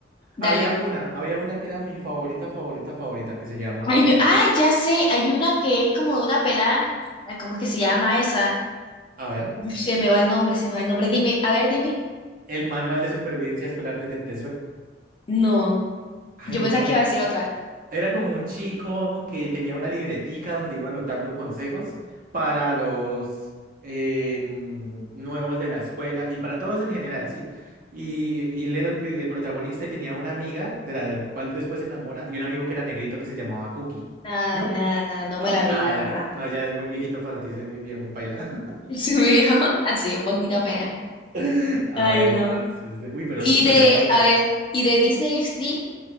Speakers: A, on the left; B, on the right.
A: dale.
B: había una, había una que era mi favorita, favorita, favorita, que se llamaba,
A: Ay, yo- ah, ya sé, hay una que es como de una pelada. Ay, ¿Cómo es que se llama esa?
B: a ver,
A: Uf, Se me va el nombre, se me va el nombre. Dime, a ver, dime.
B: El Manual de Supervivencia Escolar de Net.
A: No,
B: Ay,
A: yo pensaba
B: no.
A: que iba a decir otra.
B: Era como un chico que tenía una libretica donde iba anotando consejos para los eh, mm, nuevos de la escuela y para todos en general, ¿sí? Y, y él era el, pri- el protagonista y tenía una amiga de la cual después se enamora y un amigo que era negrito que se llamaba Cookie.
A: Nada,
B: ¿No?
A: nada, nada, no
B: ¿No?
A: me la
B: Ay,
A: vi, la verdad, no.
B: no, ya es muy viejito para ti, soy muy viejo, paila.
A: <laughs> Se me dio <laughs> así un poquito apenas.
B: <laughs> A
A: Ay,
B: ver,
A: no.
B: entonces. de- Uy, pero
A: Y
B: sí,
A: de,
B: solíamos.
A: a ver, y de Disney XD,